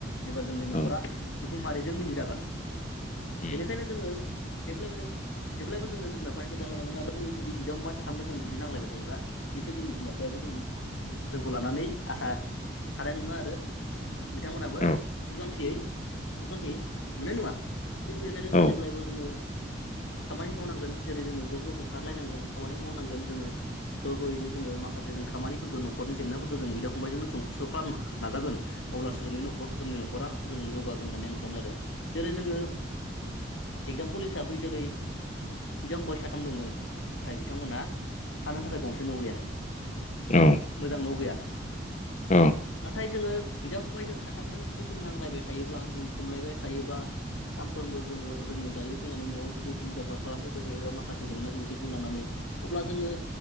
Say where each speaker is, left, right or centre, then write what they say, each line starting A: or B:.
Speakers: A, on the left; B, on the left.
A: एबा जोंनि न'खरा
B: औ
A: सुबुं माहारिजों मिनिजागोन।
B: औ
A: बेनिखायनो जोङो जेब्लाायबो जों जेब्लाबो जोङो बिमा बिफानि खोथा लानांगोन आरो जोङो जुदि बिदा फंबाय साथामबो जों जुदि नांलायबाय थायोबा निसय जोंनि बिमा बिफायाबो जों जोंखौ लानानै आसा थानाय नङा आरो बिथांमोनाबो
B: औ
A: सुख जान्थियै सुखसान्थि मोननाय नङा थिग बेनिखायनो
B: औ
A: जों जेब्लायबो जोङो
B: <inaudible>
A: खामानि मावनांगोन जेरै जोङो ज' ज' ओंखारलायनांगोन खामानि मावनांगोन जोङो ज' ज'यैनो जोङो माखासे खामानिफोरखौ न'खरनि जेंनाफोरखौ जों बिदा फंबायजोंनो जों ज खौसे खालामनो नाजागोन अब्लासो जोंनि न'खर जोंनि न'खरा जों जौगागोन होननानै आं सानो आरो। जेरै जोङो एगजामपोल हिसाबै जेरै बिदा फंबाय साथाम दङमोन नाथाय बिथांमोनहा थानो थाखाय गंसे न' गैया।
B: औ
A: मोजां न' गैया।
B: औ।
A: नाथाय जोङो बिदा फंबाय जों साथामजों जुदि जों नांलायबाय थायोब्ला जों खमलायबाय थायोब्ला। सानफ्रोमबो जोङो लोङै जायै फैनानै न'आव जुदि दुम दाखाल खालामफैबाय थायोबा माखासे जेंना जेंसिखौ लानानै। अब्ला जोङो